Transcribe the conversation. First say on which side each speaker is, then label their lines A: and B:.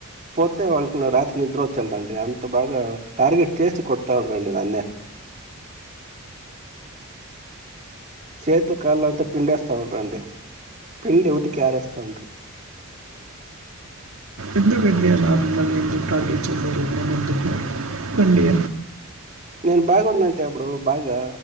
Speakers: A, on the right; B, on the right.
A: పోతే వాళ్ళకి రాత్రి నిద్ర వచ్చేలదండి అంత బాగా టార్గెట్ చేసి కొడతా ఉండండి నన్నే. చేతు కాళ్ళ అంతా పిండిస్తా ఉంటారుండి పిండి ఉదికి ఆరే స్తా ఉండ.
B: ఎందు వెడిలా ఎందు టచ జరున్నా ఎందు వడి
A: నేను బాగున్నాటే అప్పుడు బాగా